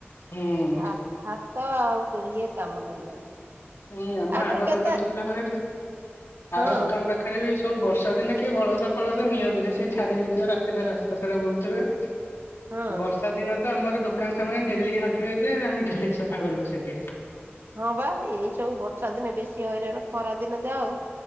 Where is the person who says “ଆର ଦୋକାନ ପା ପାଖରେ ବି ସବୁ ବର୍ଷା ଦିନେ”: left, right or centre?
Left